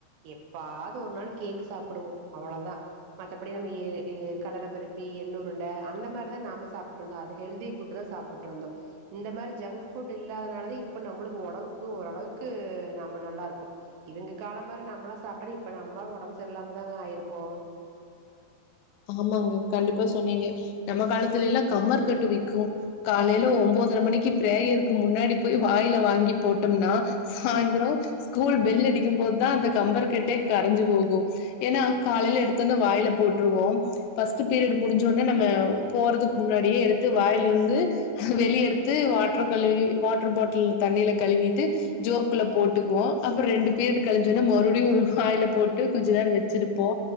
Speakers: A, on the right; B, on the left.
A: எப்பாது ஒரு நாள் கேக் சாப்பிடுவோ அவ்வளவுதா மத்தபடி நம்ம கடல பருப்பி எள்ளு உருண்ட அந்த மாரிதா நம்ம சாப்பிட்டு இருந்தோ அது ஹெல்தி ஃபுட்டுதா சாப்பிட்டு இருந்தோ இந்த மாரி ஜங்க் ஃபுட் இல்லாததுனாலதா இப்ப நம்மளுக்கு ஒடம்புக்கு ஓரளவுக்கு நம்ம நல்லா இருக்கோ இவுங்க காலம் மாரி நம்மளா சாப்பிட்டோ இப்ப நம்ம ஒடம்பு சரியில்லாமதாங்க ஆயிருப்போ
B: ஆமாங்க கண்டிப்பா சொன்னீங்க நம்ம காலத்துல எல்லா கம்மர் கட்டு விக்கு காலைல ஒன்போதரை மணிக்கு பிரேயருக்கு முன்னாடி போய் வாயில வாங்கி போட்டோம்னா சாயந்தர ஸ்கூல் பெல் அடிக்கும்போதுதா அந்த கம்பர் கட்டே கரைஞ்சு போகு ஏனா காலைல எடுத்தொன்ன வாயில போற்றுவோ ஃபஸ்ட் பீரியட் முடிஞ்ச ஒன்ன நம்ம போறதுக்கு முன்னாடியே எடுத்து வாயிலிருந்து வெளிய எடுத்து வாட்டர் கழுவி வாட்டர் பாட்டில் தண்ணில கழுவிட்டு ஜோப்குல்ல போட்டுக்குவோ. அப்ப ரெண்டு பீரியட் கழிஞ்ச ஒன்ன மறுபடி ஒரு வாயில போட்டு கொஞ்ச நேரோ வெச்சிருப்போ